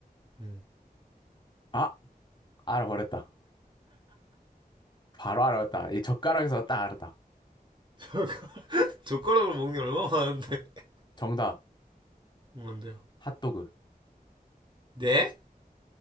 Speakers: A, on the right; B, on the left.
A: 음.
B: 아 알아버렸다 바로 알아버렸다 이 젓가락에서 딱 알았다
A: <laughs> 젓가락으로 먹는 게 얼마나 많은데. <laughs>
B: 정답
A: 뭔데요?
B: 핫도그
A: 네?